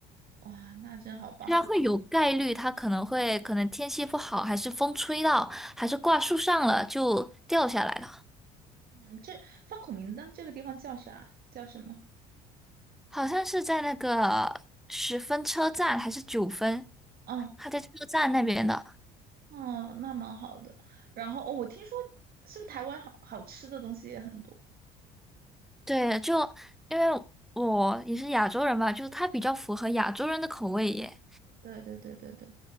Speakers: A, on the right (about 50°); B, in the centre.
A: 哇，那真好棒。
B: 虽然会有概率，它可能会可能天气不好，还是风吹到，还是挂树上了就掉下来了。
A: 嗯，这放孔明灯这个地方叫啥？叫什么？
B: 好像是在那个十分车站还是九分，
A: 嗯
B: 他在车站那边的。
A: 嗯，那蛮好的。然后哦，我听说是不是台湾好好吃的东西也很多？
B: 对，就因为我也是亚洲人嘛，就是他比较符合亚洲人的口味耶。
A: 对对对对对。